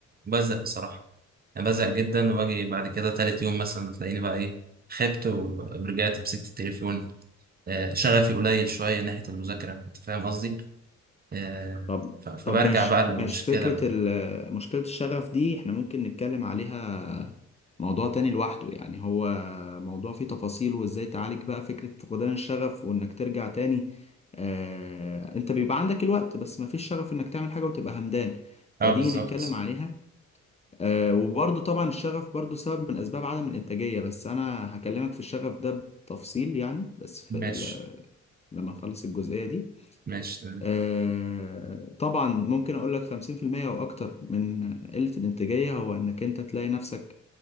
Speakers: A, on the right; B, on the left.
A: وبزهق بصراحة انا بزهق جدا واجي بعد كده تالت يوم مثلا تلاقيني بقى ايه خبت ورجعت مسكت التليفون آه، شغفي قليل شوية ناحية المذاكرة انت فاهم قصدي آه،
B: طب
A: ف- فبرجع
B: طب ماشي
A: بقى للمشكلة
B: ماشي فكره ال- مشكله الشغف دي احنا ممكن نتكلم عليها موضوع تاني لوحده يعني هو موضوع فيه تفاصيل وازاي تعالج بقى فكره فقدان الشغف وانك ترجع تاني آه، انت بيبقى عندك الوقت بس مفيش شغف انك تعمل حاجه وتبقى همدان فدي
A: اه بالظبط
B: نتكلم عليها آه، وبرضه طبعا الشغف برضه سبب من أسباب عدم الإنتاجية بس أنا هكلمك في الشغف ده بتفصيل يعني بس في
A: ماشي
B: ال... لما نخلص الجزئية دي
A: ماشي تمام
B: آه، طبعا ممكن أقول لك 50% أو أكتر من قلة الإنتاجية هو إنك أنت تلاقي نفسك